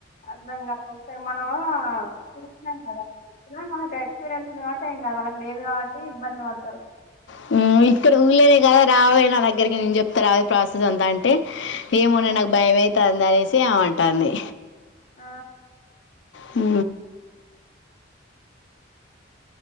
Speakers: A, on the left; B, on the left.
A: అర్థం కాదు ఒకసారి మనం చూసినం కదా మనకు ఎక్స్పీరియన్స్ ఉంది కాబట్టి ఏం కాదు. వాళ్ళకి లేదు కాబట్టి ఇబ్బంది పడ్తరు.
B: హ్మ్ ఇక్కడ ఊళ్ళేనే కదా రావె నా దగ్గరికి నేను చెప్తా రావె ప్రాసెస్ అంతా అంటే ఏమోనె
A: ఆ
B: నాకు భయమైతాంది అనేసి ఆమె అం టాంది.
A: ఆ
B: హ్